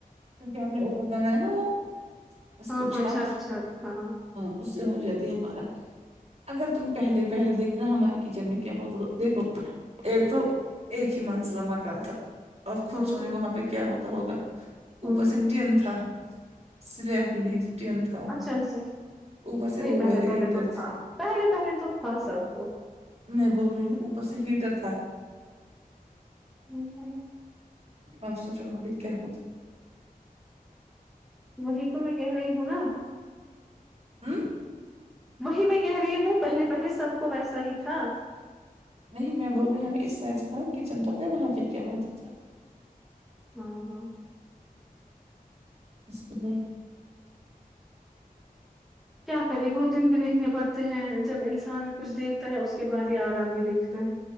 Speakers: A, on the right; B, in the centre.
A: کیونکہ ہم نے اوپر بنایا نا وہ اس
B: ہاں
A: کو
B: ہاں
A: چھت
B: چھات چھات ہاں
A: اس سے ہو جاتی ہے فرق اگر تم پہلے پہلے دیکھتے ہمارے کچن میں کیا ہوتا تو دیکھو ایک تو ایک منزلہ مکان تھا اب خود
B: ہاں ہوں
A: سوجے وہاں پہ کیا ہوتا ہوگا
B: ہوں
A: اوپر سے ٹن تھا سلپ نہیں ٹین تھا وہاں
B: اچھا
A: پہ
B: اچھا
A: اوپر سے
B: نہیں
A: وہ
B: پہلے
A: والے
B: پہلے
A: ہیٹر
B: تو
A: تھے،
B: تھا پہلے پہلے تو تھا سب وہ
A: میں بول رہی ہوں اوپر سے ہیٹر تھا
B: <unintelligible>
A: آپ سوچو وہاں پہ کیا ہوتا
B: وہی تو میں کہہ رہی ہوں نہ
A: ہمم
B: وہی میں کہہ رہی ہوں پہلے پہلے سب کو ویسا ہی تھا
A: نہیں میں بول رہی ہمیں اس سائڈ سے تھا کچن پتہ ہے وہاں پہ کیا ہوتا تھا
B: ہاں ہاں
A: اس میں
B: کیا کرے وہ دن بھی دیکھنے پڑتے ہیں جب انسان کچھ دیکھتا ہے اس کے بعد ہی آرام بھی دیکھتا ہے